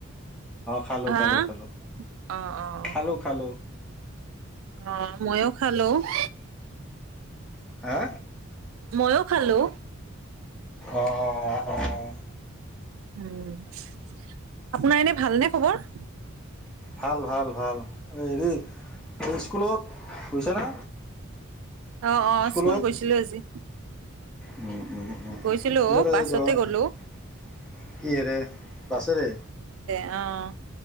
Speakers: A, in the centre; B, on the right.
A: খালোঁ‌,
B: হা?
A: খালোঁ‌, খালোঁ‌।খালোঁ‌,
B: অ', অ'।
A: খালোঁ‌।
B: অ' মইয়ো খালোঁ‌। উ
A: হা
B: মইয়ো হেল্ল'
A: অ' অ' অ' অ' অ'
B: উম আপোনাৰ এনে ভালনে খবৰ?
A: ভাল ভাল ভাল। হেৰি এই স্কুলত গৈছা নে?
B: অ', অ',
A: স্কুলত
B: স্কুল গৈছিলো আজি।
A: উম উ
B: গৈছিলো অ', বাছতে
A: <inaudible>
B: গ'লো।
A: কিহেৰে বাছেৰে
B: অঁ